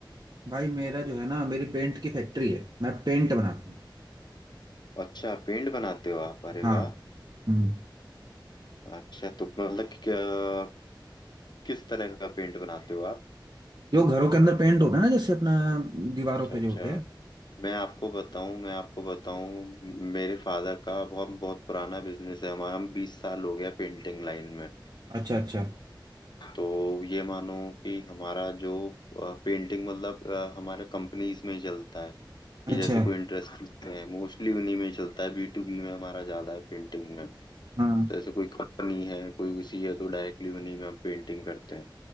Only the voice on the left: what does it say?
अच्छा पेंट बनाते हो आप अरे
वाह
अच्छा तो मतलब कि, क्या- किस तरह का पेंट बनाते हो आप
अच्छा
अच्छा
मैं आपको बताऊं मैं आपको बताऊं मेरे फादर का बहुत बहुत पुराना बिजनेस है हमारा हम बीस साल हो गया पेंटिंग लाइन में
तो ये मानो कि हमारा जो पेंटिंग मतलब अ, हमारे कंपनीज में ही चलता है कि
जैसे कोई इंटरेस्ट है मोस्टली उन्हीं में चलता है बी टू बी में हमारा ज्यादा है पेंटिंग में तो
जैसे कोई कंपनी है कोई उसी है तो डायरेक्टली उन्हीं में हम पेंटिंग करते हैं